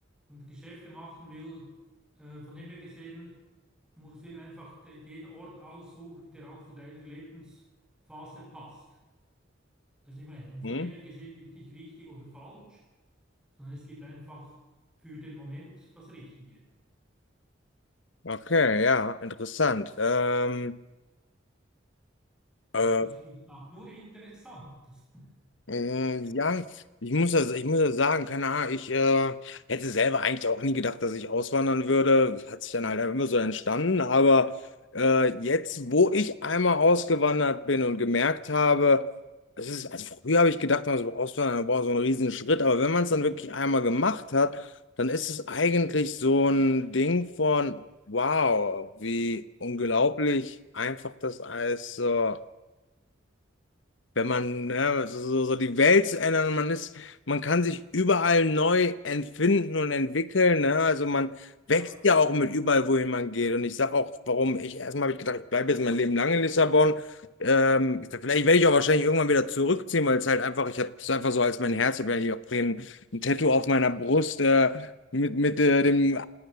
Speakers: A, in the centre; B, on the left (about 70°).
A: und Geschäfte machen will. Äh, Von dem her gesehen, musst du dir einfach de- den Ort aussuchen, der auch zu deiner Lebensphase passt. Also ich meine, und von
B: Hm?
A: dem her gesehen gibt es nicht richtig oder falsch, sondern es gibt einfach für den Moment das Richtige.
B: Okay, ja, interessant. Ähm, äh,
A: Ja, ich, ich sage nur Interessantes. <laughs>
B: Äh, ja, ich muss das, ich muss das sagen, keine Ahnung, ich äh, hätte selber eigentlich auch nie gedacht, dass ich auswandern würde. Das hat sich dann halt einfach immer so entstanden. Aber äh, jetzt, wo ich einmal ausgewandert bin und gemerkt habe, es ist, also früher habe ich gedacht, man so auswandern, boah, so ein Riesenschritt. Aber wenn man es dann wirklich einmal gemacht hat, dann ist es eigentlich so ein Ding von, wow, wie unglaublich einfach das alles so. Wenn man, ja, so, so so die Welt zu ändern und man ist, man kann sich überall neu entfinden und entwickeln, ne? Also man wächst
A: Ja,
B: ja auch mit überall, wohin man geht. Und ich sage auch, warum ich erstmal habe ich gedacht, ich bleibe jetzt mein Leben lang in Lissabon. Ähm, ich sag, vielleicht werde ich auch wahrscheinlich irgendwann wieder zurückziehen, weil es halt einfach, ich habe es einfach so als mein Herz, ich habe ja hier auch ein, ein Tattoo auf meiner Brust äh, mit, mit äh, dem,